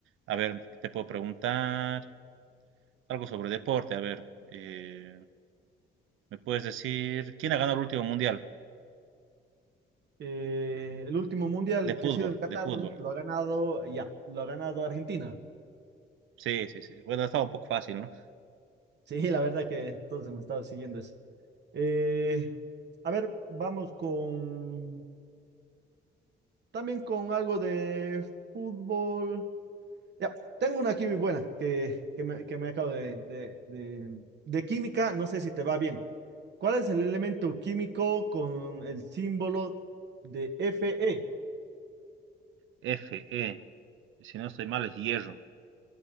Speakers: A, on the right (about 85°); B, on the right (about 60°).
A: A ver, te puedo preguntar algo sobre deporte. A ver, eh, ¿me puedes decir quién ha ganado el último mundial
B: eh, el último mundial
A: de fútbol?
B: que ha sido en Qatar
A: De fútbol.
B: lo ha ganado, ya, lo ha ganado Argentina. <laughs>
A: Sí, sí, sí. Bueno, estaba un poco fácil, ¿no?
B: Sí, la verdad que todos hemos estado siguiendo eso. Eh, a ver, vamos con, también con algo de fútbol. Ya, tengo una aquí buena que, que me, que me acabo de, de, de, de química, no sé si te va bien. ¿Cuál es el elemento químico con el símbolo de Fe?
A: F E. si no estoy mal, es hierro.